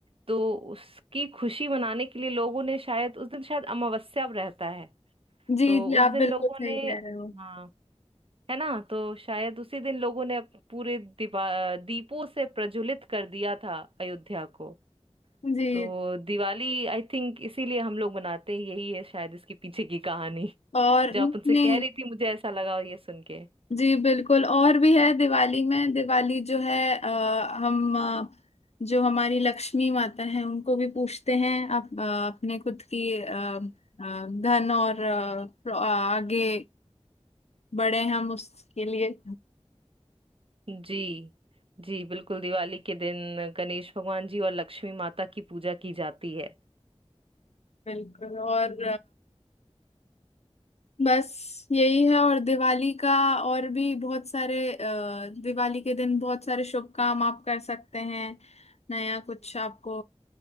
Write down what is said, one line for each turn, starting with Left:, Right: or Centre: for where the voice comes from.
Right: तो उसकी खुशी मनाने के लिए लोगों ने शायद उस दिन शायद अमावस्या रहता है
Left: जी
Right: तो
Left: जी
Right: उस
Left: आप
Right: दिन
Left: बिल्कुल
Right: लोगों
Left: सही
Right: ने
Left: कह रहे हो
Right: हाँ है ना तो शायद उसी दिन लोगों ने अप- पूरे दीपा दीपों से प्रज्वलित कर दिया था अयोध्या को
Left: जी
Right: तो दिवाली आई थिंक इसीलिए हम लोग मनाते हैं यही है शायद इसके पीछे की कहानी
Left: और
Right: <laughs> जो
Left: नहीं
Right: आप उनसे कह रही थी मुझे ऐसा लगा ये सुन के
Left: जी बिल्कुल और भी है दिवाली में दिवाली जो है अ, हम अ, जो हमारी लक्ष्मी माता है उनको भी पूछते हैं अप, अ, अपने खुद की अ, अ, धन और अ, प्र- आगे बढ़े हम उसके लिए
Right: जी जी बिल्कुल दिवाली के दिन गणेश भगवान जी और लक्ष्मी माता की पूजा की जाती है
Left: बिल्कुल और बस यही है और दिवाली का और भी बहुत सारे अ, दिवाली के दिन बहुत सारे शुभ काम आप कर सकते हैं नया कुछ आपको